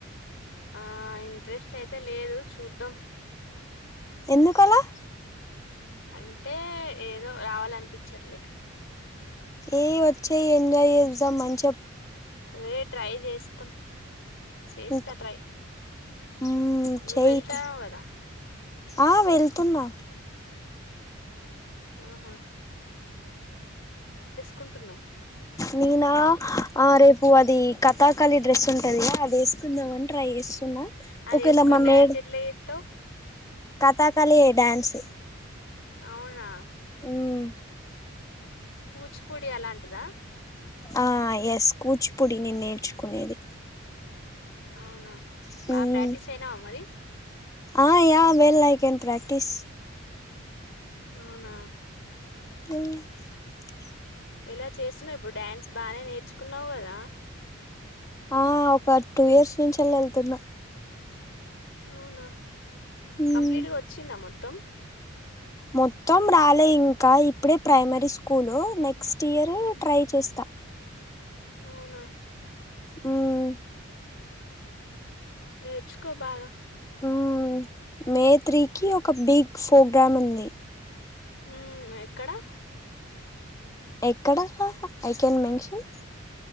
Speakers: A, on the left; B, on the left.
A: ఆ ఇంట్రెస్ట్ అయితే లేదు చూద్దాం
B: ఎందుకలా
A: అంటే ఏదో రావాలనిపించట్లే
B: ఏ వచ్చేయ్ ఎంజాయ్ చేద్దాం మంచ
A: అదే ట్రై చేస్తాం చేస్తా
B: ఇంకా
A: ట్రై
B: మ్మ్
A: నువ్వు
B: చేయి
A: వెళ్తావు కదా
B: ఆ వెళ్తున్నా
A: ఆహా కుంటున్నా
B: నేనా ఆ రేపు అది కథాకళి డ్రెస్ ఉంటదిగా అది వేసుకుందాం అం ట్రై చేస్తున్నా
A: అది
B: ఒకేలా
A: వేసుకొని
B: మ
A: డ్యాన్స్
B: మేడ్
A: ఎట్లా చేస్తావ్
B: కతాకళి డ్యాన్స్
A: అవునా
B: మ్మ్
A: కూచిపూడి అలాంటిదా
B: ఆ ఎస్ కూచిపూడి నేను నేర్చుకునేది
A: అవునా
B: హ్మ్
A: బా ప్రాక్టీస్ అయినావా మరి?
B: ఆ yeah well I can practice
A: అవునా
B: <unintelligible>
A: ఎలా చేస్తున్నావ్ ఇప్పుడు డ్యాన్స్ బానే నేర్చుకున్నావ్ కదా
B: ఆ ఒక టూ ఇయర్స్ నుంచి అలా వెళ్తున్నా
A: అవునా
B: మ్మ్
A: కంప్లీట్ గా వచ్చిందా మ్మా మొత్తం
B: మొత్తం రాలే ఇంకా ఇప్పుడే ప్రైమరీ స్కూలు నెక్స్ట్ ఇయర్
A: హ్మ్.
B: ట్రై చేస్తా.
A: అవునా
B: హ్మ్
A: నేర్చుకో బాగా
B: హ్మ్ మే త్రీకి ఒక బిగ్ ప్రోగ్రామ్ ఉంది.
A: హ్మ్ ఎక్కడా
B: ఎక్కడ ఐ క్యాన్ మెన్షన్